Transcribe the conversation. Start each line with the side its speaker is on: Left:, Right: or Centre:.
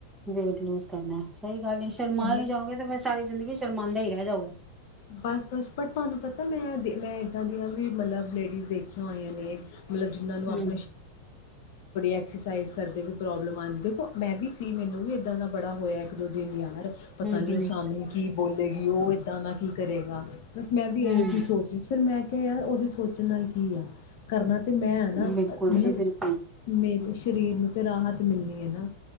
Right: ਵੇਟ ਲੂਜ ਕਰਨਾ ਐ ਸਹੀ ਗੱਲ ਸ਼ਰਮਾ
Left: ਹਨਾ
Right: ਹੀ ਜਾਓਗੇ ਤੇ ਫੇਿਰ ਸਾਰੀ ਜ਼ਿੰਦਗੀ ਸ਼ਰਮਾਂਦੇ ਹੀ ਰਹਿ ਜਾਓ
Left: ਬਸ ਬਸ ਬਟ ਤੁਹਾਨੂੰ ਪਤਾ ਮੈਂ ਮੈਂ ਇੱਦਾਂ ਦੀਆਂ ਵੀ ਮਤਲਬ ਲੇਡੀਜ਼ ਦੇਖੀਆਂ ਹੋਈਆਂ ਨੇ ਮਤਲਬ ਜਿਹਨਾਂ ਨੂੰ ਆਪ
Right: ਹੂੰ
Left: ਐਕਸਰਸਾਈਜ਼ ਕਰਦੇ ਵੀ ਪ੍ਰੋਬਲਮ ਆਉਂਦੀ ਦੇਖੋ ਮੈਂ ਵੀ ਸੀ ਮੈਨੂੰ ਵੀ ਇੱਦਾਂ ਦਾ ਬੜਾ ਹੋਇਆ ਇੱਕ ਦੋ ਦਿਨ ਯਾਰ ਪਤਾ
Right: ਹੂੰ
Left: ਨੀ
Right: ਹੂੰ
Left: ਉਹ ਸਾਹਮਣੇ ਕਿ ਬੋਲੇਗੀ ਉਹ ਏਦਾਂ ਕੀ ਕਰੇਗਾ ਬਸ ਮੈਂ ਵੀ
Right: ਹੂੰ
Left: ਇਹੀ ਚੀਜ਼ ਸੋਚ ਰਹੀ ਫਿਰ ਮੈਂ ਕਿਹਾ ਯਾਰ ਉਹਦੇ ਸੋਚਣ ਨਾਲ ਕੀ ਆ ਕਰਨਾ ਤੇ ਮੈਂ ਹੈ ਨਾ
Right: ਬਿਲਕੁਲ
Left: ਮਤਲਬ
Right: ਜੀ ਬਿਲਕੁਲ
Left: ਮੇਰੇ ਸਰੀਰ ਨੂੰ ਤੇ ਰਾਹਤ ਮਿਲਣੀ ਹੈ ਨਾ